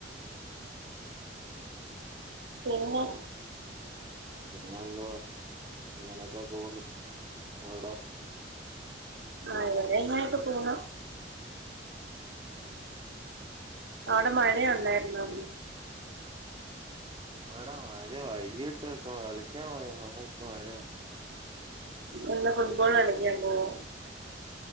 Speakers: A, on the right (about 70°); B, on the right (about 30°).
A: പിന്നെ.
B: പിന്നെന്തുവാ ഇങ്ങനെയൊക്കെ പോകുന്നു അവ്ടെ.
A: ആഹ് ഇവിടെ ഇങ്ങനേക്കെ പോകുന്നു.
B: ഉം
A: അവ്ടെ മഴയൊണ്ടായിരുന്നോ?
B: ഇവ്ടെ മഴ വൈകിട്ട് ക കളിക്കാൻ പോയ സമയത്ത് മഴയുണ്ടാ
A: എന്താ ഫുട്ബോള് കളിക്കാൻ പോവോ?